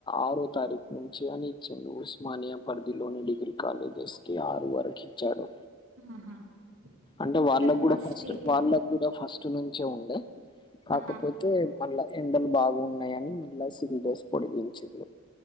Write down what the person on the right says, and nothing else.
ఆహా
ఇప్పుడైతే
ఇయర్
ఆ